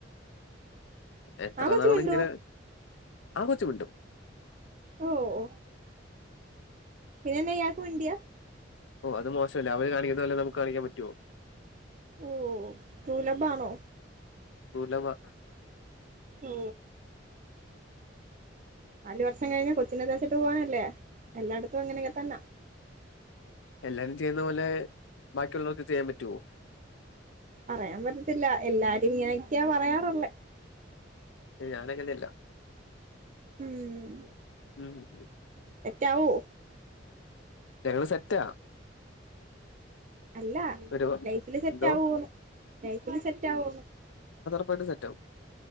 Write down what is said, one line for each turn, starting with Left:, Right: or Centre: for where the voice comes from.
Left: എത്ര
Right: ആ കൊച്ച്
Left: നാളിങ്ങനെ
Right: മിണ്ടുവോ
Left: ആ കൊച്ചു മിണ്ടും
Right: ഓ ഓ പിന്നെന്നാ ഇയാൾക്ക് മിണ്ടിയാ
Left: ഓ അത് മോശമല്ലേ അവര് കാണിക്കുന്നത് പോലെ നമുക്ക് കാണിക്കാൻ പറ്റുവോ?
Right: ഓ ട്രൂലബ്ബാണോ
Left: ട്രൂല വ്വാ
Right: ഓ നാല് വർഷം കഴിഞ്ഞാ കൊച്ചിനത്തേച്ചിട്ട് പോകാനല്ലേ എല്ലായിടത്തും അങ്ങനെങ്ങനെ തന്നെ
Left: എല്ലാരും ചെ ന്നപോലെ ബാക്കിയുള്ളോർക്ക് ചെയ്യാൻ പറ്റുവോ.
Right: പറയാൻ പറ്റത്തില്ല എല്ലാരും ഇങ്ങനെക്കെയാ പറയാറുള്ളേ.
Left: ഞാനങ്ങനെയല്ല.
Right: ഊം
Left: <unintelligible>
Right: സെറ്റാവോ
Left: ഞങ്ങള് സെറ്റാ.
Right: അല്ല
Left: ഒരു
Right: ലൈഫില് സെറ്റാവോന്ന്
Left: എന്തോ
Right: ലൈഫില് സെറ്റാവോന്ന്.
Left: പ്പായിട്ടും സെറ്റാവും.